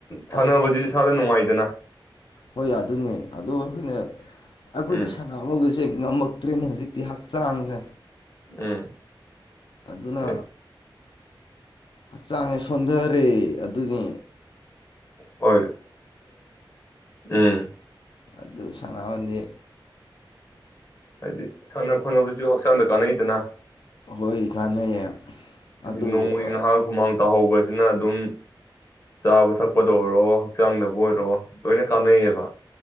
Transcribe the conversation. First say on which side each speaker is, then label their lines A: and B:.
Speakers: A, on the left (about 35°); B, on the left (about 65°).
A: ꯁꯥꯟꯅꯕꯁ
B: ꯑꯁ
A: ꯏꯁꯥꯗ ꯅꯨꯡꯉꯥꯏꯇꯦ ꯑꯗꯨꯅ
B: ꯍꯣꯏ ꯑꯗꯨꯅꯦ ꯑꯗꯣ ꯑꯩꯈꯣꯏꯅ ꯑꯩꯈꯣꯏꯗꯤ
A: ꯎꯝ
B: ꯁꯅꯥꯃꯒꯁꯦꯡ ꯉꯝꯃꯛꯇ꯭ꯔꯦꯅꯦ ꯍꯧꯖꯤꯛꯇꯤ ꯍꯛꯆꯥꯡꯁꯦ
A: ꯎꯝ
B: ꯑꯗꯨꯅ
A: ꯑꯦ
B: ꯍꯛꯆꯥꯡꯁꯦ ꯁꯣꯟꯊꯔꯦ ꯑꯗꯨꯅꯦ
A: ꯍꯣꯏ ꯎꯝ
B: ꯑꯗꯨ ꯁꯥꯟꯅꯥꯍꯗꯤ
A: ꯍꯥꯏꯗꯤ ꯁꯥꯟꯅ ꯈꯣꯠꯅꯕꯁꯨ ꯍꯛꯆꯥꯡꯗ ꯀꯥꯟꯅꯩꯗꯅ
B: ꯍꯣꯏ ꯀꯥꯟꯅꯩꯌꯦ
A: ꯍꯥꯏꯗꯤ
B: ꯑꯗꯨꯕꯨ
A: ꯅꯣꯡꯃꯒꯤ
B: ꯑ
A: ꯉꯥꯏꯍꯥꯡ ꯍꯨꯃꯥꯡ ꯇꯥꯍꯧꯕꯁꯤꯅ ꯑꯗꯨꯝ ꯆꯥꯕ ꯊꯛꯄꯗ ꯑꯣꯏꯔꯣ ꯍꯛꯆꯥꯡꯗꯕꯨ ꯑꯣꯏꯔꯣ ꯂꯣꯏꯅ ꯀꯥꯟꯅꯩꯌꯦꯕ